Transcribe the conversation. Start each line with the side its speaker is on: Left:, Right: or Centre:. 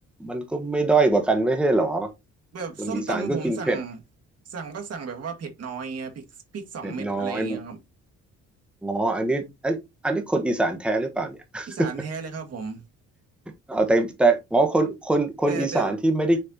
Centre: มันก็ไม่ด้อยกว่ากันไม่ใช่เหรอ
Right: แบบส้มตำผมสั่ง
Centre: คนอีสานก็กินเผ็ด
Right: สั่งก็สั่งแบบว่าเผ็ดน้อยเงี้ยพริกพริกสองเม็ดอะไรอย่างเงี้ยครับ
Centre: เผ็ดน้อยอ๋ออันนี้ไอยอันนี้คนอีสานแท้หรือเปล่าเนี่ย <laughs>
Right: อีสานแท้เลยครับผม
Centre: เอาแต่แต่อ๋อคนคนคนอีสานที่ไม่ได้
Right: แต่แต่